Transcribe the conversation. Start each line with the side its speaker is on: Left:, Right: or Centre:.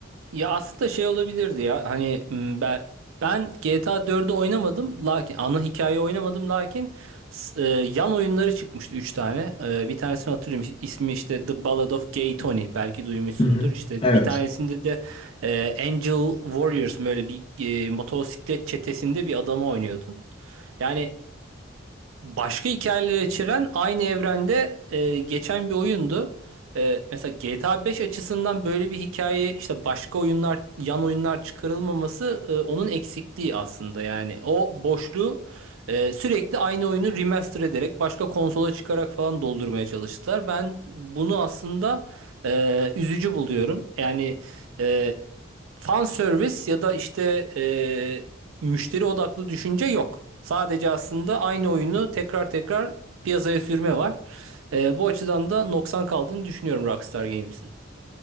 Right: Ya aslında şey olabilirdi ya hani m, ben ben GTA 4'ü oynamadım lakin ana hikayeyi oynamadım lakin s- e, yan oyunları çıkmıştı 3 tane. E, bir tanesini hatırlıyorum ismi işte The Ballad of Gay Tony belki duymuşsundur.
Left: Hı hı.
Right: İşte
Left: Evet.
Right: bir tanesinde de e, Angel Warriors böyle bir e, motosiklet çetesinde bir adamı oynuyordun. Yani Başka hikayeler içeren aynı evrende e, geçen bir oyundu. E, mesela GTA 5 açısından böyle bir hikaye işte başka oyunlar yan oyunlar çıkarılmaması e, onun eksikliği aslında yani o boşluğu e, sürekli aynı oyunu remaster ederek başka konsola çıkarak falan doldurmaya çalıştılar. Ben bunu aslında e, üzücü buluyorum. Yani e, fan service ya da işte e, müşteri odaklı düşünce yok. Sadece aslında aynı oyunu tekrar tekrar piyasaya sürme var. E, bu açıdan da noksan kaldığını düşünüyorum Rockstar Games'in.